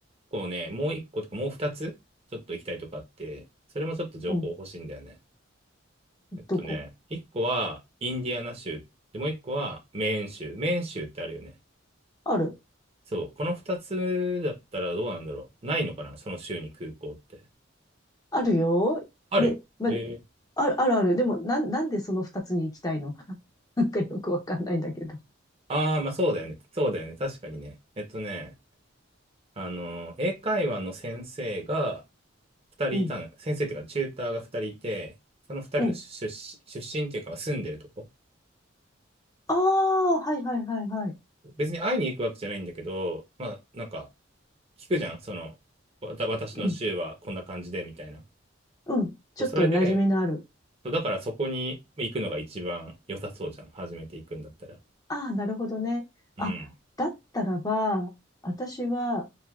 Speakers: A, on the right; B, on the left.
A: 個ねもう一個とかもう二つちょっと行きたいとかあってそれもちょっと情報欲しいんだよね
B: うん。
A: えっとね一個はインディアナ州でもう一個はメーン州メーン州ってあるよね
B: どこある
A: そう、この2つだったらどうなんだろう。ないのかな、その州に空港って。
B: あるよ。
A: あるえ
B: ね、まあね、ある、あるある。でも、なん、なんでその二つに行きたいの <laughs> なんかよくわかんないんだけど。
A: ー、ああ、まあそうだよね。そうだよね。確かにね。えっとね、あの、英会話の先生が2人いたの。
B: うん、
A: 先生っていうか、チューターが2人いて、その2人の出出出身っていうか、
B: うん。
A: まあ住んでるとこ。
B: ああ、はいはいはいはい。
A: 別に会いに行くわけじゃないんだけど、まあなんか、聞くじゃん。その、わた私の州はこんな感じで、
B: うん、
A: みたいな。
B: うん。ちょっと馴染みのある。
A: そうそれで、そうだからそこに行くのが一番良さそうじゃん。初めて行くんだったら。
B: ああ、なるほどね。
A: うん。
B: あ、だったらば、私は